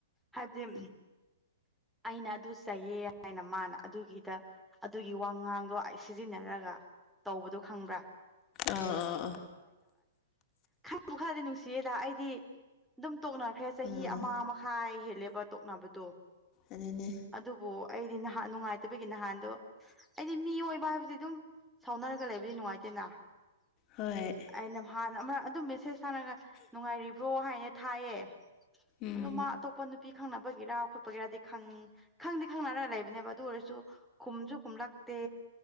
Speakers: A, in the centre; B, on the left.
A: ꯍꯥꯏꯕꯗꯤ ꯑꯩꯅ ꯑꯗꯨ ꯆꯥꯏꯌꯦ ꯍꯥꯏꯅ ꯃꯥꯅ ꯑꯗꯨꯒꯤꯗ ꯑꯗꯨꯒꯤ ꯋꯥ ꯉꯥꯡꯗꯣ ꯑꯩ ꯁꯤꯖꯤꯟꯅꯔꯒ ꯇꯧꯕꯗꯣ ꯈꯪꯕ꯭ꯔꯥ
B: ꯑꯥ ꯑꯥꯥ
A: ꯈꯪ ꯈꯔꯗꯤ ꯅꯨꯡꯁꯤꯌꯦꯗ ꯑꯩꯗꯤ ꯑꯗꯨꯝ ꯇꯣꯛꯅꯈ꯭ꯔꯦ ꯆꯍꯤ
B: ꯎꯝ
A: ꯑꯃ ꯃꯈꯥꯏ ꯍꯦꯜꯂꯦꯕ ꯇꯣꯛꯅꯕꯗꯣ
B: ꯑꯗꯨꯅꯦ
A: ꯑꯗꯨꯕꯨ ꯑꯩꯗꯤ ꯅꯍꯥꯟ ꯅꯨꯡꯉꯥꯏꯇꯕꯒꯤ ꯅꯍꯥꯟꯗꯣ ꯑꯩꯗꯤ ꯃꯤ ꯑꯣꯏꯏꯕ ꯍꯥꯏꯕꯕꯁꯤ ꯑꯗꯨꯝ ꯁꯥꯎꯅꯔꯒ ꯂꯩꯕꯗꯤ ꯅꯨꯡꯉꯥꯏꯇꯦꯅ
B: ꯍꯣꯏ
A: ꯑꯩꯅ ꯍꯥꯟꯅ ꯑꯃꯛ ꯑꯗꯨꯝ ꯃꯦꯁꯦꯁ ꯊꯥꯅꯔꯒ ꯅꯨꯡꯉꯥꯏꯔꯤꯕ꯭ꯔꯣ ꯍꯥꯏꯅ ꯊꯥꯏꯌꯦ
B: ꯎꯝ
A: ꯑꯗꯣ ꯃꯥ ꯑꯇꯣꯞꯄ ꯅꯨ ꯄꯄꯤ ꯈꯪꯅꯕꯒꯤꯔꯥ ꯈꯣꯠꯄꯒꯤꯔꯗꯤꯪ ꯈꯪꯗꯤ ꯈꯪꯅꯔ ꯂꯩꯕꯅꯦꯕ ꯑꯗꯨ ꯑꯣꯏꯔꯁꯨ ꯈꯨꯝꯁꯨ ꯈꯨꯝꯂꯛꯇꯦ